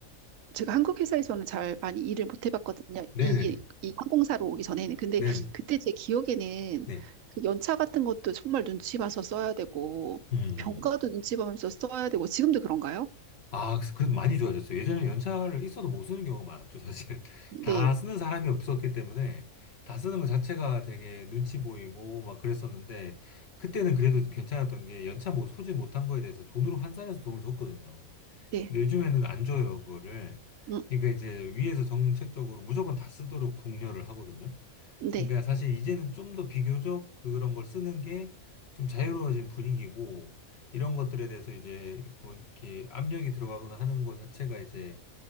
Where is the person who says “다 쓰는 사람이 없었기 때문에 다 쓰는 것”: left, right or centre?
Left